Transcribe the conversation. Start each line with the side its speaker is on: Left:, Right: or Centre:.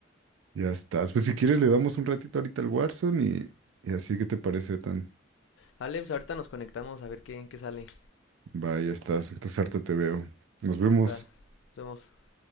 Right: Ya estás. Pues si quieres le damos un ratito ahorita al Warzone y, y así que te parece tan.
Left: Vale, pues ahorita nos conectamos a ver qué, en qué sale.
Right: Va, ya estás. Entonces harta te veo. Nos vemos.
Left: Ya está. Nos vemos.